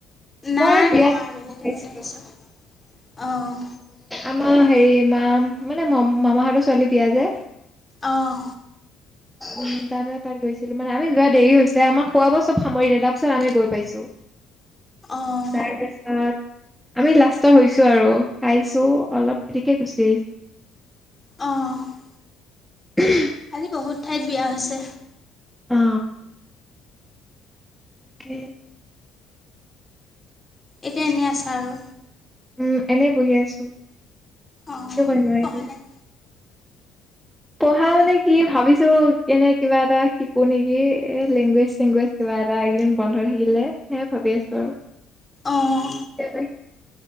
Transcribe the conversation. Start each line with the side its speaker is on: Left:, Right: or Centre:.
Left: নাই
Centre: মই এ বিয়াত
Left: আবেলি
Centre: আহিছিলোঁ।
Left: টাইমত আহিছোঁ অঁ
Centre: আমাৰ হেৰি মা মানে মম মামাহঁতৰ ছোৱালী বিয়া যে।
Left: অঁ।
Centre: উম তাৰ পিছত তাত গৈছিলোউ মানে আমি যোৱা দেৰি হৈছে আমাৰ খোৱা বোৱা চব সামৰিলে তাৰ পিছত আমি গৈ পাইছোঁ।
Left: অঁ
Centre: তাৰপিছত। আমি লাষ্টৰ হৈছো আৰু খাইছো অলপ পিতিক কে গুচি আহিছো।
Left: অঁ।
Centre: উম।
Left: আজি বহুত ঠাইত বিয়া হৈছে।
Centre: অ কি?
Left: এতিয়া এনেই আছা আৰু।
Centre: উম এনে বহি আছো।
Left: অঁ
Centre: কি কৰিম আৰু
Left: পঢ়া
Centre: এতিয়া।
Left: নাই
Centre: পঢ়া মানে কি ভাবিছোঁ এনে কিবা এটা শিকো নেকি এ লেংগুৱেজ চেংগুৱেজ। কিবা এটা এইকেইদিন বন্ধ থাকিলে সে ভাবি আছোঁ
Left: অঁ
Centre: আৰু শ।